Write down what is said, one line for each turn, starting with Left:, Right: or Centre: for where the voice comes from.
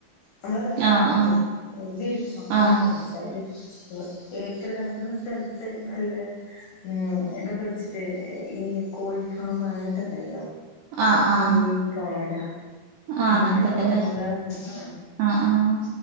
Left: നമ്മള് തൊട്ടപ്പറത്തേ
Right: ആഹ് ആഹ്
Left: വലിയ ഒരു ഫാമ്
Right: ആഹ്
Left: ഒക്കെ ഉണ്ട് അവിടെ ഏക്കർ കണക്കന് സ്ഥലത്ത് നല്ല ഉം ഇതൊക്കെ വെച്ചിട്ട് ഈ കോഴി ഫാം ആ ഉണ്ടല്ലോ
Right: ആഹ്
Left: കോഴിക്കാട
Right: ആഹ് ആഹ്
Left: അങ്ങനത്തെ
Right: അങ്ങനത്തൊക്കെല്ലേ
Left: ഫാമുകളൊക്ക ആ
Right: ആഹ് ആഹ്